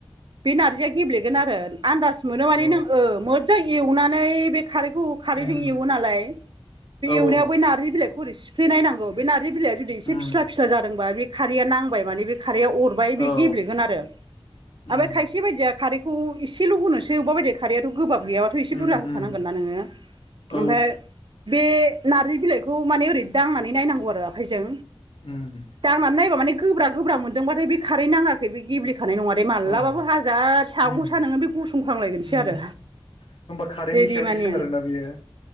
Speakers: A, on the right (about 60°); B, on the left (about 65°).
A: बे नारजिया गेब्लेगोन आरो आनदास मोनो माने‌‌
B: औ
A: नों हो मोज जां एवनानै बे खारैखौ हो खारैजों
B: उम
A: एवो नालाय बे
B: औ
A: एवनायाव
B: औ
A: बै नारजि बिलाइखौ ओरै सिफ्ले नायनांगौ बे नारजि बिलाया जुदि एसे
B: उम
A: फिस्ला फिस्ला जादोंबा बे खारैया नांबाय माने बे खारैयाव‌ अ बाय बे
B: औ
A: गेब्लेगोन आ‌रो आ
B: उम
A: बे खायसे बायदिया खारै खु एसेल' होनोसै अबेबा बायदि खारैयाथ' गोबाब गैयाबाथ' एसे
B: उम
A: बुरजा होखानांगोनना
B: उम
A: नोङो
B: औ
A: ओमफाय बे नारजि बिलाइखौ माने ओरै दांनानै नायनांगौ आरो आखाइजों
B: उम
A: दांनानै नायबा माने गोब्रा गोब्रा मोनदोंबाथाय बे खारै नाङाखै बे गेब्ले होफानाय नङा दे मालाबाबो
B: औ
A: हाजार सागं
B: उम
A: सा नोङो बे गसंखांलायगोनसो
B: उम
A: आरो
B: होमबा खारैनि
A: बिदि
B: सायावसो
A: माने
B: सोनारोना बियो